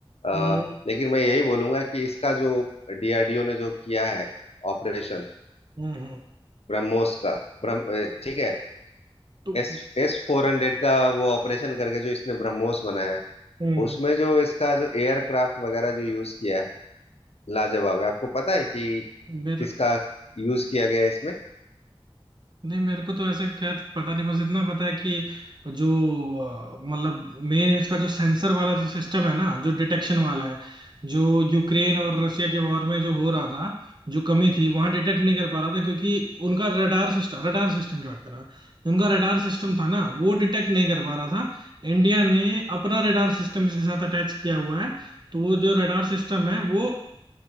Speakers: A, on the left; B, on the right.
A: अ,
B: हम्म
A: लेकिन मैं यही बोलूंगा कि इसका जो डीआरडीओ ने जो किया है ऑपरेशन
B: हम्म हम्म
A: ब्रह्मोस का ब्रह्म अ, ठीक है
B: तो
A: एस एस फोर हंड्रेड का वो ऑपरेशन करके जो इसने ब्रह्मोस बनाया है
B: हम्म,
A: उसमें जो इसका जो एयरक्राफ्ट वगैरह जो यूज किया है लाजवाब है आपको पता है कि
B: मेरे
A: किसका यूज किया गया है इसमें
B: नहीं मेरे को तो ऐसे खैर पता नहीं बस इतना पता है कि जो अ, मतलब मेन इसका जो सेंसर वाला जो सिस्टम है ना जो डिटेक्शन वाला है जो यूक्रेन और रशिया के वॉर में जो हो रहा था जो कमी थी वहां डिटेक्ट नहीं कर पा रहा था क्योंकि उनका रडार सिस्टम रडार सिस्टम की बात कर रहा हूं। उनका रडार सिस्टम था ना वो डिटेक्ट नहीं कर पा रहा था इंडिया ने अपना रडार सिस्टम इसके साथ अटैच किया हुआ है तो वो जो रडार सिस्टम है वो